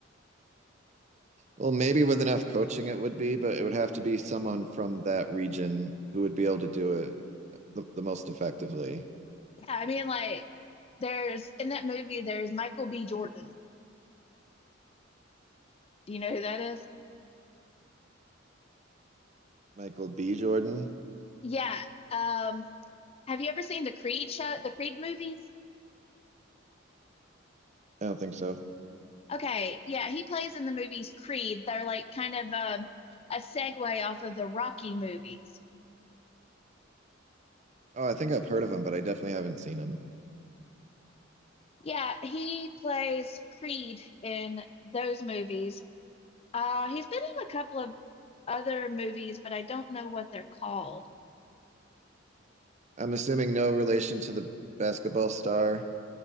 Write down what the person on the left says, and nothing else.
Yeah, I mean like there's in that movie there's Michael B. Jordan. Do you know who that is?
Yeah. Um have you ever seen the Creed show the Creed movies?
Okay, yeah, he plays in the movies Creed. They're like kind of um a segue off of the Rocky movies.
Yeah, he plays Creed in those movies. Uh, he's been in a couple of other movies, but I don't know what they're called.